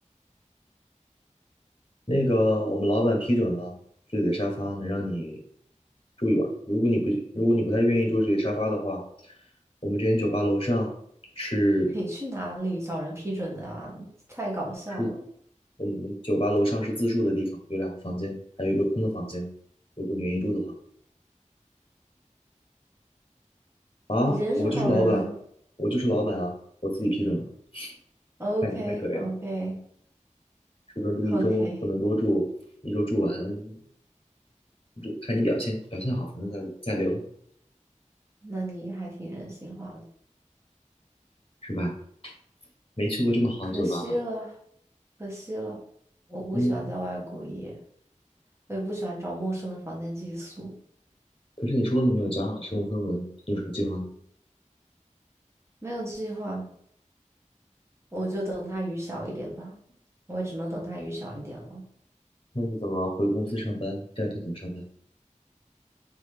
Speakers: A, on the left; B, on the right.
A: 那个我们老板批准了，这里的沙发能让你住一晚。如果你不如果你不太愿意住这里的沙发的话，我们这间酒吧楼上是
B: <laughs> 你去哪里找人批准的啊？太搞笑了！
A: 是我们酒吧楼上是自助的地方，有两个房间，还有一个空的房间。如果你愿意住的话，啊，
B: 你人是好人
A: 我就是老板，我就是老板啊，我自己批准了。
B: ，OK
A: 看你太可怜了，
B: OK
A: 是不是住一周不能多住？
B: OK，<laughs>
A: 一周住完，这看你表现，表现好，反正再再留，
B: 那你还挺人性化的。
A: 是吧？没去过这么好的酒吧吧？
B: 可惜了，可惜了，我不喜欢在外过夜，
A: 嗯。
B: 我也不喜欢找陌生的房间寄宿。
A: 可是你说了你没有家了，身无分文，你有什么计划呢？
B: 没有计划，我就等它雨小一点吧，我也只能等它雨小一点了。
A: 那你怎么回公司上班？第二天怎么上班？